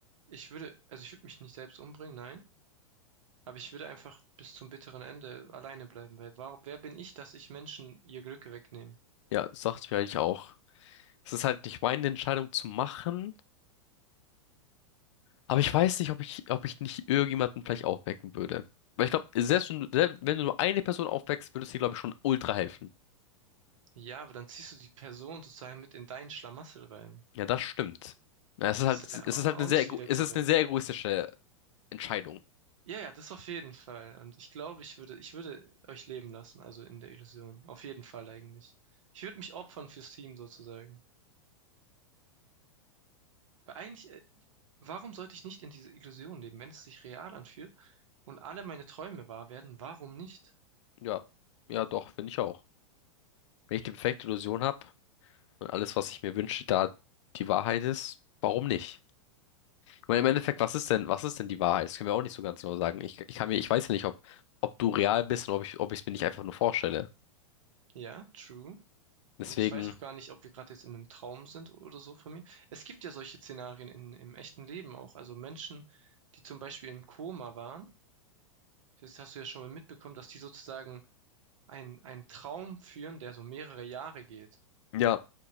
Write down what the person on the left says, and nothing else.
Ja, das dachte ich mir eigentlich auch. Es ist halt nicht meine Entscheidung zu machen, aber ich weiß nicht, ob ich, ob ich nicht irgendjemanden vielleicht aufwecken würde. Weil ich glaube, selbst
wenn, du- selbst wenn du nur eine Person aufweckst, würde es dir, glaube ich, schon ultra helfen.
Ja, das stimmt. Ja, es ist halt,
es
ist halt eine sehr,
ego-
es
ist eine sehr egoistische Entscheidung.
Ja, ja, doch, finde ich auch. Wenn ich die perfekte Illusion habe und alles, was ich mir wünsche, da die Wahrheit ist, warum nicht? Ich meine, im Endeffekt, was ist denn, was ist denn die Wahrheit? Das können wir auch nicht so ganz genau sagen. Ich, ich kann mir, ich weiß ja nicht, ob, ob du real bist und ob ich, ob ich es mir nicht einfach nur vorstelle.
Deswegen,
ja.